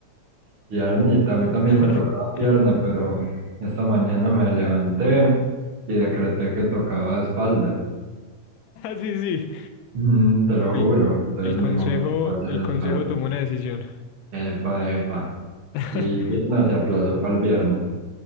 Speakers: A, on the right; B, on the left.
A: piernita, a mí también
B: <laughs>
A: me tocaba pierna, pero esta mañana me levanté y decreté que tocaba espalda.
B: Sí, sí.
A: Mm, te lo
B: El,
A: juro, entonces
B: el consejo,
A: ni modo, tocó hacer
B: el
A: espalda.
B: consejo tomó una decisión.
A: Epa, epa.
B: <laughs>
A: Y pierna se aplazó para el viernes.